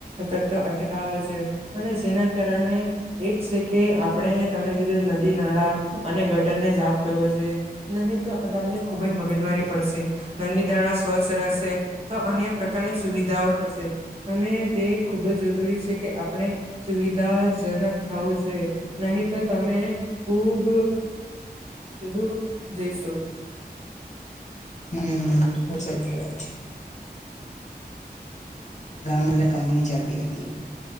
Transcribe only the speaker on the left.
હમ હ, બિલકુલ સાચી વાત છે. ગામલે કંપની ચાલતી હતી.